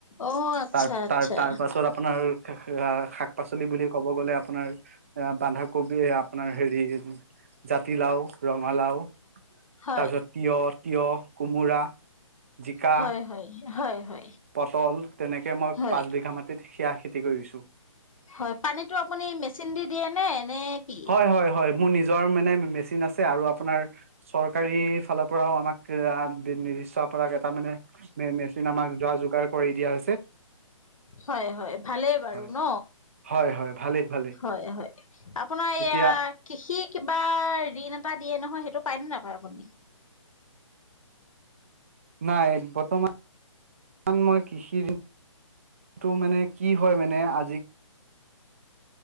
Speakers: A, on the left; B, on the right.
A: অ আচ্ছা
B: তাৰ
A: আচ্ছা
B: তাৰ তাৰ পাছত আপোনাৰ শাক -পাচলি বুলি ক'ব গ'লে আপোনাৰ। বন্ধাকবি আপোনাৰ হেৰি জাতিলাও, ৰঙালাও,
A: হয়
B: তাৰপিছত তিঁয়হ, তিয়হ কোমোৰা, জিকা,
A: হয় হয়। হয় হয়
B: পটল তেনেকে মই
A: হয়
B: পাঁচ বিঘা মাটিত সেয়া খেতি কৰিছো।
A: হয় পানীতটো আপুনি মেচিন দি দিয়ে নে নে কি?
B: হয় হয় মোৰ নিজ নিযৰ মানে মেচিন আছে। আৰু আপোনাৰ- চৰকাৰী ফালৰ পৰাও আমাক নি চ পৰা- তাৰ মানে মেচিন আমাক যোৱা যোগাৰ কৰি দিয়া হৈছে।
A: হয় হয় ভালেই বাৰু
B: হয়
A: ন।
B: হয় হয় ভালেই ভালেই
A: হয় হয় আপোনাৰ
B: এতিয়া
A: এয়া। কৃষি কিবা ঋণ এটা দিয়ে নহয়, সেইটো পায়নে নাপায় আপুনি?
B: নাই, বৰ্তমান মই, কৃষিৰ এইটো মানে, কি হয়, মানে আজি